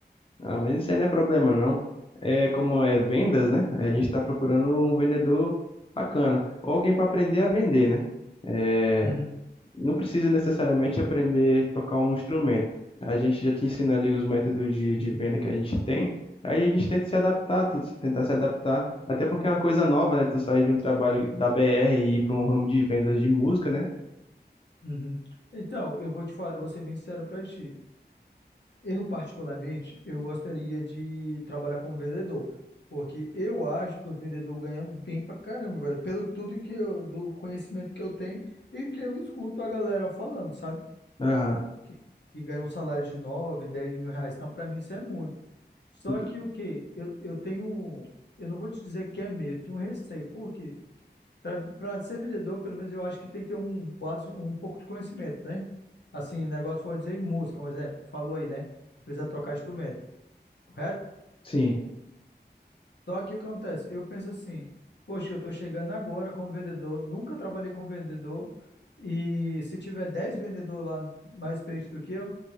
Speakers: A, on the left (about 30°); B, on the left (about 80°).
A: Ah, mas isso aí não é problema, não. É como é vendas, né? A gente tá procurando um vendedor bacana. Ou alguém pra aprender a vender, né? É,
B: Uhum.
A: não precisa necessariamente aprender a tocar um instrumento. A gente já te ensina ali os métodos de, de venda que a gente tem. Aí a gente tenta se adaptar, tu- tentar se adaptar. Até porque é uma coisa nova, né? Tu sair de um trabalho da BR e ir para um ramo de vendas de música, né?
B: Uhum. Então, eu vou te falar, eu vou ser bem sincero para ti. Eu, particularmente, eu gostaria de trabalhar como vendedor, porque eu acho que os vendedores ganham bem pra caramba, velho, pelo tudo que eu, do conhecimento que eu tenho e que eu escuto a galera falando, sabe?
A: Aham.
B: Que, que ganham um salário de 9, 10 mil reais. Então, pra mim, isso é muito. Só
A: Ent-
B: que o quê? Eu, eu tenho. Eu não vou te dizer que é medo, eu tenho um receio. Por quê? Para ser vendedor, pelo menos eu acho que tem que ter um, base- um pouco de conhecimento, né? Assim, negócio foi dizer em música, um exemplo, que tu falou aí, né? Que precisa trocar instrumento, correto?
A: Sim.
B: Só que o que acontece? Eu penso assim, poxa, eu estou chegando agora como vendedor, nunca trabalhei como vendedor, e se tiver 10 vendedores lá mais experientes do que eu,